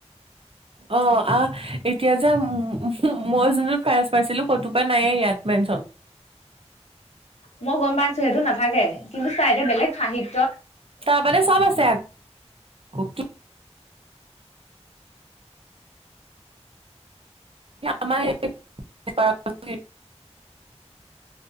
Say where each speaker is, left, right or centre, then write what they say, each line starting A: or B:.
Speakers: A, on the right; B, on the left.
A: অ আহ এতিয়া যে মই যোনটো ফাৰচ পাইছিলো ফটো পা নাই ইয়াত মেনছন।
B: মই গম পাইছো সেইটো নাথাকে কিন্তু চাইতে বেলেগ সাহিত্য।
A: তাৰ মানে চব আছে। <inaudible> আমাৰে